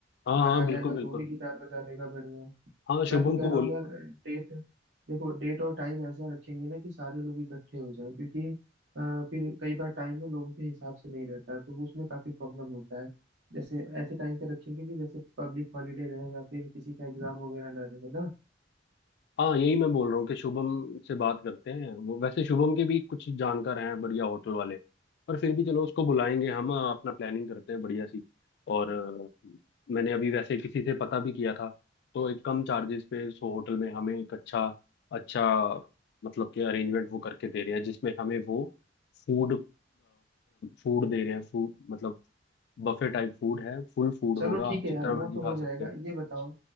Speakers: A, on the left; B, on the right.
A: हाँ
B: अगर
A: हाँ
B: आ जाएगा
A: बिल्कुल बिल्कुल
B: तो भी गिटार बजा लेगा बढ़िया
A: हाँ
B: मैं
A: शुभम
B: तो कह
A: को
B: रहा
A: बोल
B: हूँ यार अरे, डेट देखो डेट और टाइम ऐसा रखेंगे ना कि सारे लोग इकट्ठे हो जाएं क्योंकि अ, फिर कई बार टाइम ना लोगों के हिसाब से नहीं रहता है तो वो उसमें काफी प्रॉब्लम होता है जैसे ऐसे टाइम पे रखेंगे कि जैसे पब्लिक हॉलीडे रहे या फिर किसी का एग्जाम वगैरह ना रहे ना
A: हाँ यही मैं बोल रहा हूँ कि शुभम से बात करते हैं वो वैसे शुभम के भी कुछ जानकार हैं बढ़िया होटल वाले पर फिर भी चलो उसको बुलाएंगे हम अ, अपना प्लानिंग करते हैं बढ़िया सी और अ, मैंने अभी वैसे किसी से पता भी किया था तो एक कम चार्जेस पे सो होटल में हमें एक अच्छा अच्छा मतलब कि अरेंजमेंट वो करके दे रहे हैं जिसमें हमें वो फूड फूड दे रहे हैं फूड मतलब बफे टाइप फूड है फुल फूड
B: चलो
A: होगा
B: ठीक
A: आप
B: है
A: जितना
B: यार
A: मर्जी
B: वो तो
A: खा
B: हो जाएगा
A: सकते हैं
B: ये बताओ